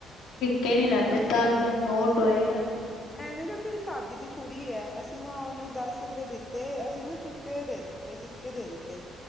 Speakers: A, on the left; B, on the left.
A: ਫੇਰ ਨੀ ਲੈਂਦੇ, ਤਾਜਾ ਨੋਟ ਹੋਏਗਾ ਤੇ
B: ਐਵੇਂ ਨਾ ਮੇਰੀ ਭਾਬੀ ਦੀ ਕੁੜੀ ਐ, ਅਸੀਂ ਨਾ ਉਨੂੰ ਦਸ ਰੁਪਏ ਦਿੱਤੇ ਅਸੀਂ ਨਾ ਟੁੱਟੇ ਦੇ ਦਿੱਤੇ, ਸਿੱਕੇ ਦੇ ਦਿੱਤੇ।